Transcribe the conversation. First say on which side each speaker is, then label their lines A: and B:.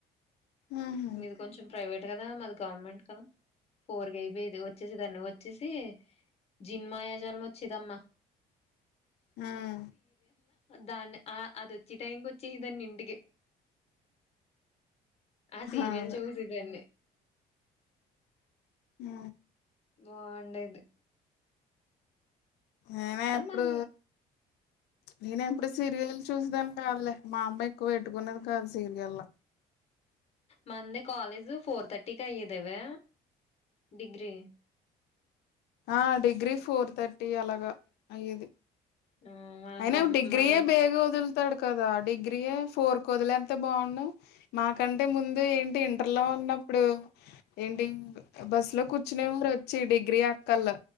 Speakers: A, on the left (about 75°); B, on the left (about 35°).
A: ఉహు
B: మీది కొంచెం ప్రైవేట్ అంట కదా మాది గవర్నమెంట్ కదా ఫోర్ కయిపోయేది వచ్చేసే దాన్ని వచ్చేసి జిన్మాయాజాలం వచ్చేదమ్మా
A: ఉమ్
B: దాన్ని ఆ అదొచ్చి టైంకి వచ్చేదాన్ని ఇంటికి ఆ సీరియల్
A: అదే
B: చూసేదాన్ని
A: ఉ
B: బాండేది
A: నేనే ఎప్పుడు
B: మన్
A: నేనే ఎప్పుడు సీరియల్ చూసే దాన్ని కాదులే మా అమ్మ ఎక్కువ పెట్టుకునేది కాదు సీరియల్
B: మందే కాలేజ్ ఫోర్ థర్టీకి అయ్యేదవే డిగ్రి
A: ఆ డిగ్రీ ఫోర్ థర్టీ అలాగా అయ్యేది
B: ఆ మనం
A: అయినా
B: గమ్
A: డిగ్రీయే
B: మన
A: బేగ వదులుతాడు కదా డిగ్రీయే ఫోర్ కుదిలేంత బాగుంన్ను మాకంటే ముందు ఏంటి ఇంటర్లో ఉన్నప్పుడు ఏంటి బస్ లో కూర్చునే వారు వచ్చి డిగ్రీ అక్కోళ్ళు